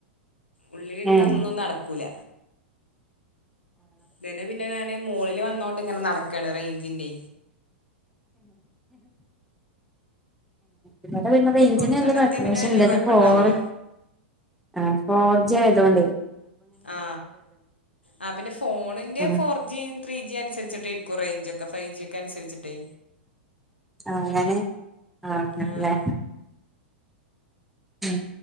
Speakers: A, on the left (about 80°); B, in the centre.
A: ഉള്ളിലിരുന്ന്
B: ഏഹ്
A: ഒന്നും നടക്കൂല ഇന്നലെ പിന്നെ ഞാന് മോളില് വന്നോണ്ട് ഇങ്ങനെ നടക്കാണ് റേയ്ഞ്ചിന്റെ
B: ഇവിടെ വരുന്ന റയ്ഞ്ചിന്
A: പുറത്താണ്
B: വല്ല്യ കൊഴപ്പില്ല
A: എത്തിയാൽ പിന്നെ
B: പക്ഷെ
A: വലിയ
B: ഇള്ളത്
A: കുഴപ്പമുണ്ടാവൂല
B: ഫോർ ആ ഫോർജി ആയതുകൊണ്ടെ
A: ആ ആ പിന്നെ ഫോണിന്റെ
B: ആഹ്
A: ഫോർ ജി ത്രീ ജി അനുസരിച്ചിട്ടിരി കുറേഞ്ച് ഒക്കെ ഫൈ ജി ഒക്കെനുസരിച്ചിട്ടേ
B: ആ അങ്ങനെ അങ്ങനെല്ലേ
A: ആ
B: ഉം